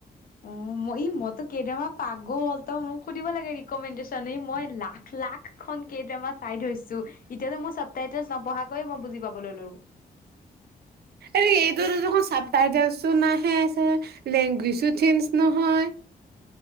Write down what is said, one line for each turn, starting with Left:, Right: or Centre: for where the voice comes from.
Left: অঁ মই ই মইতো কে ড্ৰামা পাগল। তই মোক সুধিব লাগে ৰিকমেণ্ডেশচন মই লাখ লাখখন কেইড্ৰামা চাই থৈছো এতিয়াতো মই চাব টাইটেল নপঢ়াকৈয়ে মই বুজি পাব ললো।
Right: এই এইটোত দেখোন চাব টাইটেলচো নাহে লেংগুৱেজো চেঞ্জ নহয়